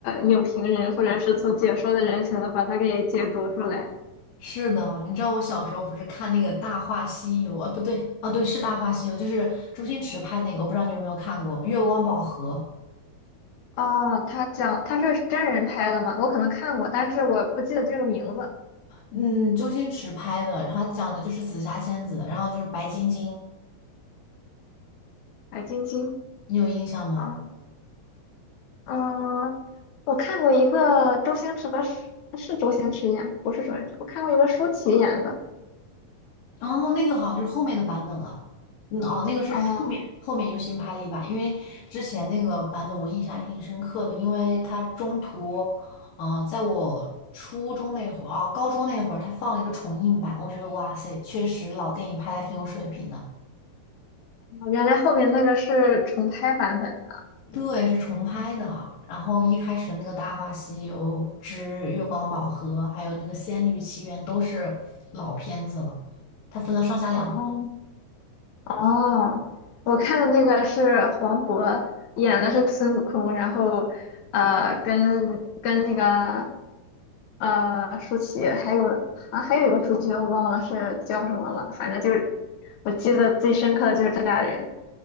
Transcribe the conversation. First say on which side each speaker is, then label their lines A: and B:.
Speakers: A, on the left (about 65°); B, on the left (about 85°).
A: 影评人或者是做解说的人才能把它给解读出来。
B: 是的，你知道我小时候不是看那个《大话西游》啊？不对，哦对，是《大话西游》，就是周星驰拍那个，我不知道你有没有看过《月光宝盒》。
A: 哦，他讲他是真人拍的吗？我可能看过，但是我不记得这个名字。
B: 嗯，周星驰拍的，然后他讲的就是紫霞仙子，然后就是白晶晶，
A: 白晶晶
B: 你有印象吗？
A: 啊，嗯，我看过一个周星驰和舒是周星驰演，不是周星驰，我看过一个舒淇演的。
B: 哦，那个好像就是后面的版本了。嗯，哦，那个是后面后面又新拍了一版，
A: 哦，
B: 因为之前那个版本我印象还挺深刻的，因为它中途，呃，在我初中那会儿，哦，高中那会儿，它放了一个重映版，我觉得哇塞，确实老电影拍的还挺有水平的。
A: 原来后面那个是重拍版本的。
B: 对，是重拍的。然后一开始的那个《大话西游之月光宝盒》，还有那个《仙律奇缘》都是老片子了，它分了上下两。
A: 哦，
B: 部。
A: 哦，我看的那个是黄渤演的是孙悟空，然后呃，跟跟那个呃舒淇，还有啊还有一个主角我忘了是叫什么了，反正就是我记得最深刻的就是这俩人